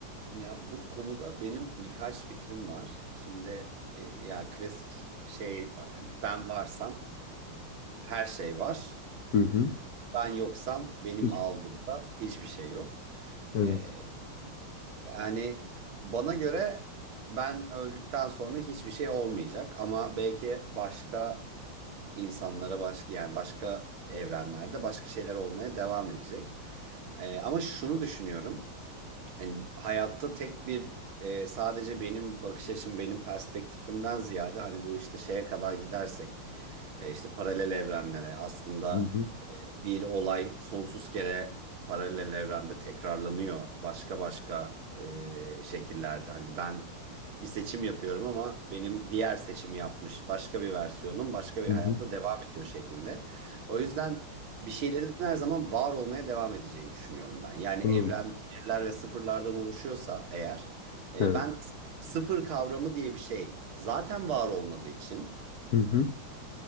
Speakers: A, on the right; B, on the left.
A: Ya bu konuda benim birkaç fikrim var. Şimdi e, ya klasik şey var hani ben varsam her şey var.
B: Hı hı.
A: E, ben yoksam benim
B: Hiç.
A: algımda hiçbir şey yok.
B: Evet.
A: E, yani bana göre ben öldükten sonra hiçbir şey olmayacak ama belki başka insanlara başka yani başka evrenlerde başka şeyler olmaya devam edecek. E, ama şunu düşünüyorum. hani hayatta tek bir e, sadece benim bakış açım, benim perspektifimden ziyade hani bu işte şeye kadar gidersek e, işte paralel evrenlere aslında
B: Hı hı.
A: bir olay sonsuz kere paralel evrende tekrarlanıyor. Başka başka e, şekillerde. Hani ben bir seçim yapıyorum ama benim diğer seçimi yapmış başka bir versiyonum başka bir
B: Hı
A: hayatta
B: hı.
A: devam ediyor şeklinde. O yüzden bir şeylerin her zaman var olmaya devam edeceğini düşünüyorum ben. Yani
B: Bunun.
A: evren birler ve sıfırlardan oluşuyorsa eğer e,
B: Evet.
A: ben sıfır kavramı diye bir şey zaten var olmadığı için
B: Hı hı.